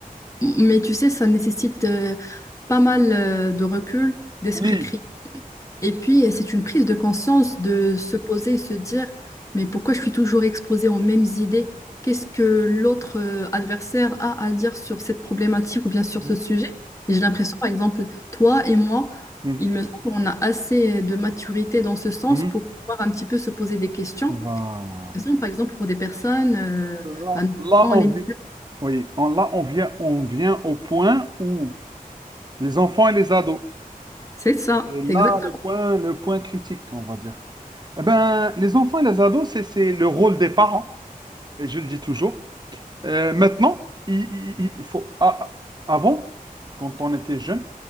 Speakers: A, on the left (about 20°); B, on the right (about 30°).
A: Mais tu sais, ça nécessite euh, pas mal euh, de recul, d'esprit
B: Oui.
A: critique. Et puis, euh, c'est une prise de conscience de se poser et se dire, mais pourquoi je suis toujours exposée aux mêmes idées? Qu'est-ce que l'autre euh, adversaire a à dire sur cette problématique ou bien sur
B: Mhm.
A: ce sujet? Et j'ai l'impression, par exemple, toi et moi,
B: Mhm.
A: il me semble qu'on a assez de maturité dans ce sens
B: Mhm.
A: pour pouvoir un petit peu se poser des questions.
B: Voilà.
A: Par exemple, pour des personnes, euh,
B: Là,
A: bah, notamment
B: là, on,
A: les...
B: vi- oui, on- là, on vient, on vient au point où les enfants et les ados.
A: C'est ça,
B: Et là,
A: c'est exact.
B: le point, le point critique, on va dire. Eh ben, les enfants et les ados, c'est, c'est le rôle des parents, et je le dis toujours. Euh, maintenant, il, il- il faut, a- avant, quand on était jeune,